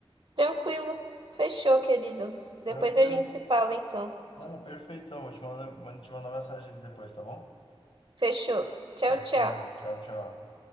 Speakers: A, on the right (about 60°); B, on the left (about 70°).
A: Tranquilo. Fechou, querido. Depois
B: Tranquilo?
A: a gente se fala, então.
B: Não, perfeitão. Vou te mandar, vou te mandar mensagem ali depois, tá bom?
A: Fechou.
B: Certinho.
A: Tchau, tchau.
B: Tchau, tchau.